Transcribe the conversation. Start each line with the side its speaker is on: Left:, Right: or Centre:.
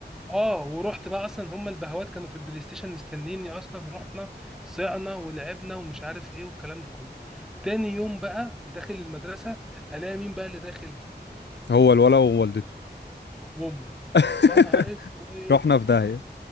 Centre: اه ورحت بقى اصلا هم البهوات كانوا في البلاي ستيشن مستنيني اصلا رحنا صعنا ولعبنا ومش عارف ايه والكلام ده كله تاني يوم بقى داخل المدرسة الاقي مين بقى اللي داخل
Left: هو الولا ووالدته
Centre: وامه
Left: <laughs>
Centre: يا نهار اسود
Left: رحنا في داهيه